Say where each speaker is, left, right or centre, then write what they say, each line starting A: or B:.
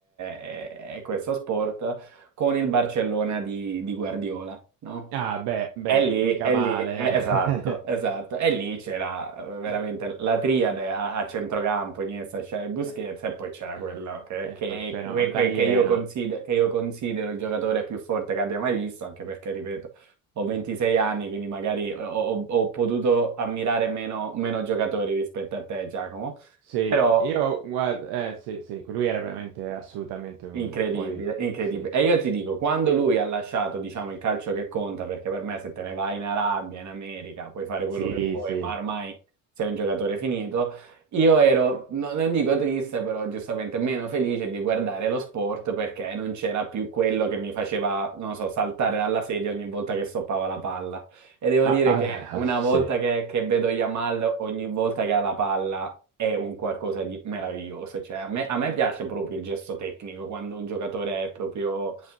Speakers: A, on the right; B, on the right.
A: e, e questo sport con il Barcellona di, di Guardiola, no?
B: Ah, beh, beh,
A: E lì,
B: mica
A: e
B: male,
A: lì, eh,
B: eh.
A: esatto,
B: <laughs>
A: esatto. E lì c'era eh, veramente la triade a, a centrocampo, Iniesta, Xavi e Busquets,
B: Eh,
A: e poi c'era
B: eh,
A: quello che,
B: eh,
A: che
B: quel fenomeno,
A: è que- que-
B: l'alieno.
A: che io consider- che io considero il giocatore più forte che abbia mai visto, anche perché, ripeto, ho 26 anni, quindi magari eh, ho, ho- ho potuto ammirare meno, meno giocatori rispetto a te, Giacomo.
B: Sì,
A: Però
B: io guarda, eh, sì, sì, lui era veramente assolutamente un
A: Incredibile,
B: fuori.
A: incredibile.
B: Sì,
A: E io ti dico, quando lui ha lasciato, diciamo, il calcio che conta, perché per me se te ne vai in Arabia, in America, puoi fare quello
B: sì,
A: che vuoi,
B: sì.
A: ma ormai sei un giocatore finito, io ero, no- non dico triste, però giustamente meno felice di guardare lo sport perché non c'era più quello che mi faceva, non lo so, saltare dalla sedia ogni volta che stoppava la palla. E devo
B: Ah,
A: dire
B: ah,
A: che una
B: ah,
A: volta
B: sì,
A: che, che vedo Yamal, ogni volta che ha la palla, è un qualcosa di meraviglioso. Cioè, a me, a me piace proprio il gesto tecnico, quando un giocatore è proprio